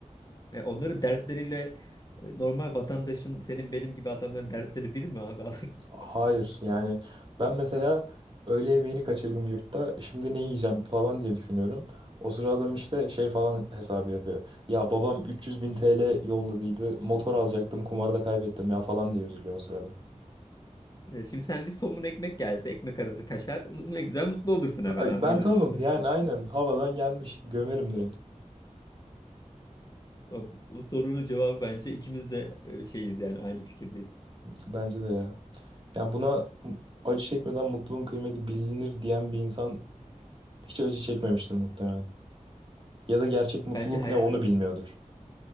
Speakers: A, on the left; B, on the right.
A: e, e, onların dertleriyle e, normal vatandaşın senin benim gibi adamların dertleri biri mi abi? <laughs>
B: Hayır, yani ben mesela öğle yemeğini kaçırdım yurtta, şimdi ne yiyeceğim falan diye düşünüyorum. O sıra adam işte şey falan hesabı yapıyor. Ya babam 300 bin TL yolladıydı, motor alacaktım, kumarda kaybettim ya falan diye üzülüyor o sırada.
A: Ya Şimdi sen bir somun ekmek gelse, ekmek arası kaşar, ne güzel mutlu olursun hemen
B: Ay,
A: abi
B: ben
A: öyle
B: tavım
A: düşün.
B: yani aynen havadan gelmiş. Gömerim direkt.
A: Abi, Bu sorunun cevabı bence ikimiz de e, şeyiz yani aynı fikirdeyiz.
B: Bence de ya. Yani buna acı çekmeden mutluluğun kıymeti bilinir diyen bir insan hiç acı çekmemiştir muhtemelen. Ya da gerçek mutluluk
A: Bence hayatı
B: ne onu bilmiyordur.